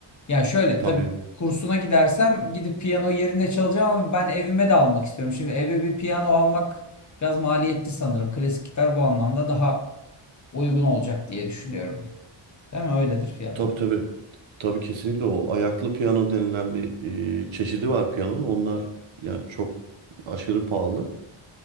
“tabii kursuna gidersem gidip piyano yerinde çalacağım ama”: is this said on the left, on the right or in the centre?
Left